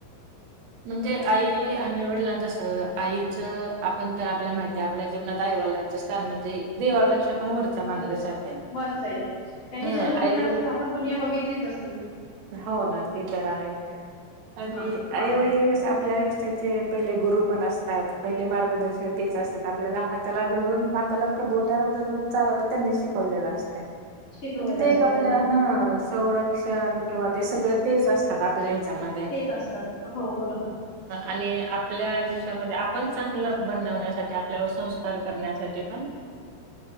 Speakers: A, on the right; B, on the left.
A: म्हणजे आई आणि वडिलांच कसं आईचं आपण तर आपल्याला माहिती ते आपल्या जिवणात आई वडिलांच स्थान म्हणजे देवापेक्षा पण वरचं मानलं जातंय.
B: वर्ष आहे त्यांनी
A: हां.
B: जन्म
A: आई-वडील
B: दिला नस आपण दुनिया बघितलीच नसते ते
A: हो ना ते तर आहे आणि
B: हा हा
A: आईवडील आपल्या आयुष्याचे पहिले गुरु पण असतात पहिले मार्गदर्शन तेच असतात आपल्याला त्याला धरून माताला त्या बोटाला धरून चालाला त्यांनी शिकवलेलं असतंय
B: शिकवलेलं
A: म्हणजे ते
B: असते
A: एक आपल्या
B: हो.
A: हा संरक्षण किंवा ते सगळं तेच असतात आपल्या ह्याच्यामध्ये
B: तेेत असतात हो बरोबर
A: आणि आपल्या आयुष्यामध्ये आपण चगल बनवण्यासाठी आपल्यावर संस्कार करण्यासाठी पण